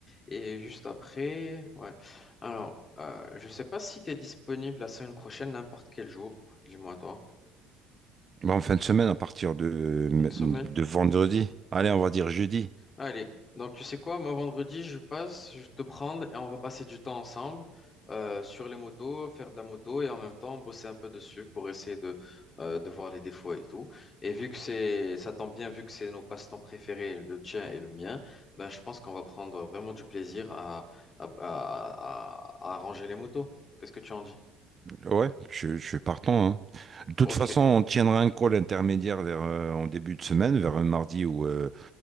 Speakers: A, on the left; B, on the right.
A: Et juste après, ouais. Alors, euh, je sais pas si tu es disponible la semaine prochaine, n'importe quel jour. Dis-moi toi.
B: Bah, en fin de semaine, à partir de,
A: Fin de semaine?
B: de vendredi. Allez, on va dire jeudi.
A: Allez, donc tu sais quoi, moi vendredi, je passe, je vais te prendre et on va passer du temps ensemble euh, sur les motos, faire de la moto et en même temps bosser un peu dessus pour essayer de, euh, de voir les défauts et tout. Et vu que c'est, ça tombe bien, vu que c'est nos passe-temps préférés, le tien et le mien, ben, je pense qu'on va prendre vraiment du plaisir à, à, à, à- à arranger les motos. Qu'est-ce que tu en dis?
B: Ouais, je, je suis partant, hein. De toute
A: Ok,
B: façon, on tiendra un call intermédiaire vers, euh, en début de semaine, vers un mardi ou, euh,